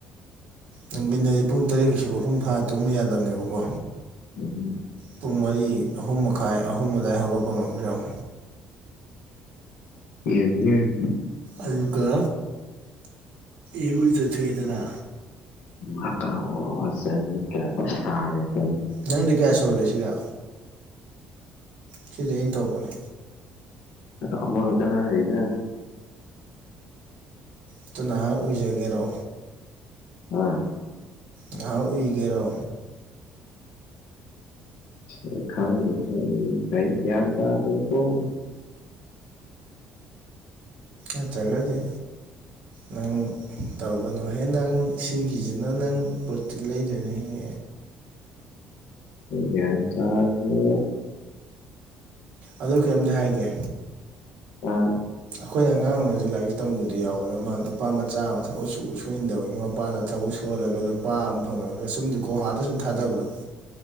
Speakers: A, on the right; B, on the left.
A: ꯅꯨꯡꯗꯤꯟꯗꯗꯤ ꯄꯨꯡ ꯇꯔꯦꯠ ꯀꯩꯁꯨ ꯃꯄꯨꯡ ꯐꯥꯅ ꯇꯨꯝꯃꯨ ꯌꯥꯗꯕꯅꯦꯕꯀꯣ
B: <unintelligible>
A: ꯄꯨꯡ ꯃꯔꯤ ꯑꯍꯨꯝ ꯃꯈꯥꯏ ꯑꯍꯨꯝ ꯑꯗꯥꯏ ꯍꯧꯒꯠꯄ ꯉꯝꯕ꯭ꯔꯥ ꯌꯦꯡꯑ‌ꯣ
B: ꯌꯦꯡꯒ‌ꯦ
A: ꯑꯗꯨꯒ ꯏꯔꯨꯖꯊꯣꯛꯑꯦꯗꯅ
B: ꯍꯀꯥꯝ ꯋꯥ ꯋꯥ ꯆꯟꯅꯤꯗ ꯄꯩꯁꯥ ꯅ‌ꯦ ꯇꯧꯏ
A: ꯅꯪꯗꯤ ꯀꯌꯥ ꯁꯨꯔꯒꯦ ꯁꯤꯒ ꯁꯤꯗꯤ ꯑꯩꯅ ꯇꯧꯔꯛꯄꯅꯦ
B: ꯑꯃ ꯈꯇꯥ ꯉꯥꯏꯔꯤꯗ
A: ꯑꯗꯨ ꯅꯍꯥꯛ ꯑꯣꯏꯖꯒꯦꯔꯣ
B: ꯍꯥ
A: ꯉꯍꯥꯛ ꯎꯏꯒꯦꯔꯣ
B: ꯑ‌ꯩ ꯈꯪꯗ‌ꯦꯗ ꯑꯩ ꯀꯩ ꯒ꯭ꯌꯥꯟꯇꯥꯗ꯭ꯔ‌ꯦꯀ‌ꯣ
A: ꯑ ꯆꯒꯗꯤ ꯅꯪ ꯇꯧꯒꯅꯨꯍꯦ ꯅꯪ ꯁꯤꯒꯤꯁꯤꯅ ꯅꯪ ꯄ꯭ꯔꯣꯇꯤꯟ ꯂꯩꯗꯣꯏꯅꯤꯍꯦ
B: ꯒꯌ꯭ꯥꯟ ꯇꯥꯗꯦ
A: ꯑꯗꯣ ꯀꯩꯅꯣꯝꯗꯤ ꯍꯥꯏꯒꯦ
B: ꯑ
A: ꯑꯈꯣꯏ ꯑꯉꯥꯡ ꯑꯣꯏꯔꯖꯨ ꯂꯥꯏꯔꯤꯛ ꯇꯝꯕꯗ ꯌꯥꯎꯕꯗ ꯑꯃ ꯅꯨꯄꯥ ꯃꯆꯥ ꯑꯃ ꯊꯕꯛ ꯁꯨ ꯁꯨꯅꯤꯡꯗꯕꯒꯤ ꯃꯄꯥꯅ ꯊꯕꯛ ꯁꯨꯍꯜꯂꯒ ꯂꯨꯞ__ ꯅꯨꯄꯥ ꯑꯃ ꯐꯪꯉꯒ ꯁꯨꯝ ꯗ ꯒꯨꯍꯥꯗ ꯁꯨꯝ ꯊꯥꯗꯕꯗꯣ